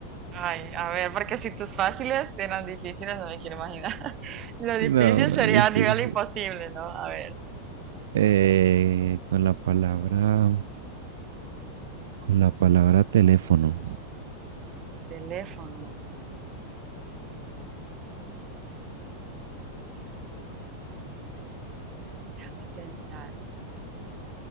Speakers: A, on the right; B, on the right.
A: Ay, a ver, porque si tus fáciles eran difíciles, no me quiero imaginar. <laughs> Lo difícil
B: No, una
A: sería
B: difícil.
A: a nivel imposible, ¿no? A ver,
B: Eh, con la palabra, con la palabra teléfono.
A: teléfono. Mm, Déjame pensar.